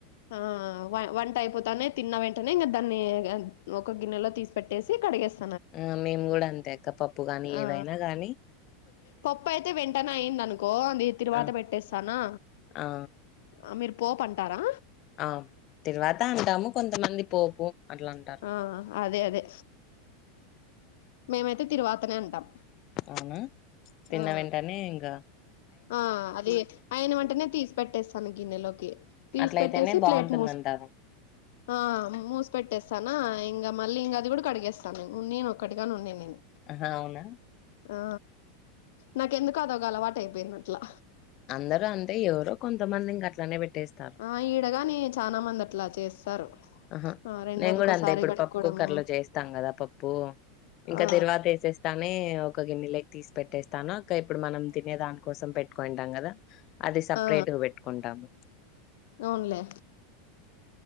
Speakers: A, on the left; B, on the left.
A: ఆ వంట అయిపోతానే తిన్న వెంటనే ఇంకా దాన్ని ఒక గిన్నెలో తీసు పెట్టేసి కడిగేస్
B: ఆ మేము కూడా అంతే అక్క పప్పు గాని
A: ఆ
B: ఏవైనా గాని
A: పప్పు అయితే వెంటనే అయింది అనుకో అది తిరువాత
B: ఆ
A: పెట్టేస్తానా
B: ఆ
A: ఆ మీరు పోప్ అంటారా
B: ఆ తీరువాత అంటాము కొంతమంది పోపు అట్లా అంటా
A: ఆ అదే అదే మేమైతే తిరువాతనే అంటాం
B: అవునా తిన్న
A: ఆ
B: వెంటనే ఇంగా
A: ఆ అది అయన వెంటనే తీసి పెట్టేస్తాను గిన్నెలోకి తీసి
B: అట్లయితేనే
A: పెట్టేసి
B: బాగుంటుందంటారు
A: ప్లేట్ మోసు ఆ మూసి పెట్టేస్తానా ఇంకా మళ్ళీ ఇంకా అది కూడా కడిగేస్తాను ఉన్ని ఒక్కటిగానే ఉన్నా నేను
B: హ అవునా
A: ఆ నాకెందుకో అది ఒక అలవాటు అయిపోయింది అట్లా
B: అందరు అంతే ఎవరో కొంతమంది ఇంక అట్లనే పెట్టేస్తారు
A: ఆ ఈడ గాని చానా మంది అట్లా చేస్తారు
B: ఆహా
A: ఆ రెండ్రోజులకోసారి
B: నేను కూడా అంతే ఇప్పుడు
A: కడుక్కోవడము
B: పప్పు కుక్కర్ లో చేస్తాం కదా పప్పు ఇంకా
A: ఆ
B: తిరువాత వేసేస్తానే ఒక గిన్నెలోకి తీసి పెట్టేస్తాను ఇక ఇప్పుడు మనం తినేదానికి కోసం పెట్టుకుంటాం కదా అది సపరేట్
A: ఆ
B: గా పెట్టుకుంటాము
A: అవునులే